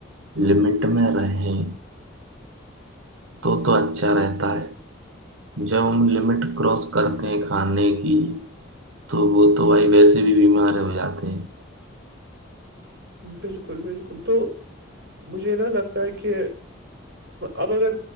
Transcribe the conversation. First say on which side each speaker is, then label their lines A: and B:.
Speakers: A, on the right; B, on the right.
A: لمٹ میں رہیں وہ تو اچھا رہتا ہے جب ہم لمٹ کراس کرتے ہیں کھانے کی تو وہ تو وائی ویسے بھی بیمار ہو جاتے ہیں
B: بالکل بالکل تو مجھے نہ لگتا ہے کہ اب اگر